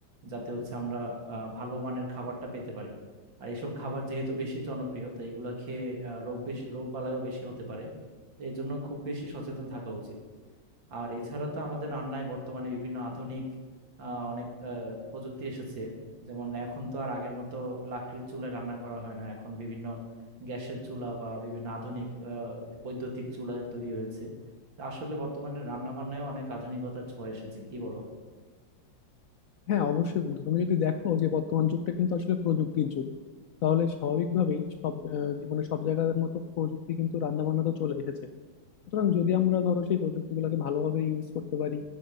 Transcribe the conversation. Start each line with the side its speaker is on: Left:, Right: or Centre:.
Right: যাতে হচ্ছে আমরা আহ, ভালো মানের খাবারটা পেতে পারি আর এইসব খাবার যেহেতু বেশি জনপ্রিয় তো এগুলা খেয়ে আহ, রোগ বেশি রোগ বালাইও বেশি হতে পারে তো এই জন্য খুব বেশি সচেতন থাকা উচিত আর এছাড়া তো আমাদের রান্নায় বর্তমানে বিভিন্ন আধুনিক আহ, অনেক আহ, প্রযুক্তি এসেছে যেমন এখন তো আর আগের মতো লাকড়ির চুলায় রান্না করা হয় না এখন বিভিন্ন গ্যাসের চুলা বা বিভিন্ন আধুনিক আহ, বৈদ্যুতিক চুলা তৈরি হয়েছে তা আসলে বর্তমানে রান্না বান্নায় অনেক আধুনিকতার ছোঁয়া এসেছে কি বলো
Left: হ্যাঁ অবশ্যই বন্ধু তুমি যদি দেখো যে বর্তমান যুগটা কিন্তু আসলে প্রযুক্তির যুগ তাহলে স্বাভাবিকভাবেই সব আহ, জীবনে সব জায়গার মতো প্রযুক্তি কিন্তু রান্না বান্নাতেও চলে এসেছে সুতরাং যদি আমরা ধরো সেই প্রযুক্তিগুলোকে ভালোভাবে ইউজ করতে পারি